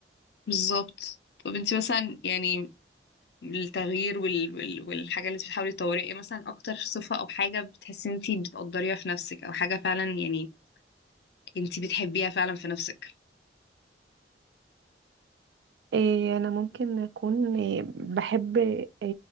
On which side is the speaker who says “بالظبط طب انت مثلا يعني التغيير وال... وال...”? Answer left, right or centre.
Left